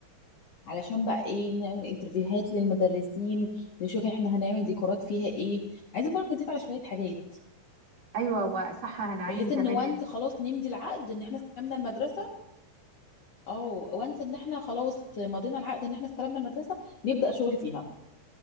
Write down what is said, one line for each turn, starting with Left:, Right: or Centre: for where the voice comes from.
Left: علشان بقى ايه نعمل انترفيوهات للمدرسين نشوف احنا هنعمل ديكورات فيها ايه عايزين برضه نتفق على شويه حاجات
Right: ايوه وصح هنعين
Left: بحيث
Right: كمان
Left: ان وانس خلاص نمضي العقد ان احنا استلمنا المدرسه او وانس ان احنا خلاص مضينا العقد ان احنا استلمنا المدرسه نبدا شغل فيها